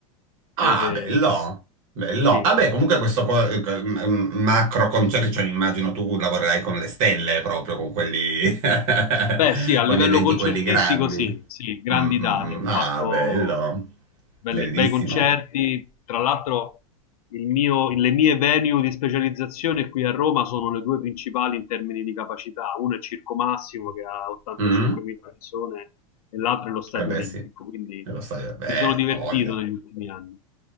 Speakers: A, on the right (about 65°); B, on the left (about 80°).
A: ah,
B: dove
A: bello, bello.
B: sì,
A: Vabbè, comunque questo co- eh, m- m- macro concerto, cioè, immagino tu lavorerai con le stelle proprio, con quelli, <laughs>
B: Beh, sì, a
A: con
B: livello
A: gli eventi
B: concertistico
A: quelli grandi.
B: sì, sì, grandi
A: Mm,
B: date,
A: mm,
B: ho
A: mm. Ah,
B: fatto
A: bello,
B: belle-
A: bellissimo.
B: bei concerti, tra l'altro il mio- le mie venue di specializzazione qui a Roma sono le due principali in termini di capacità, una è Circo Massimo che ha 85.000
A: Mm?
B: persone e l'altra è lo Stadio
A: Eh beh
B: Olimpico,
A: sì, e
B: quindi
A: lo stadio, eh, beh,
B: mi sono divertito
A: ha voglia.
B: negli ultimi anni,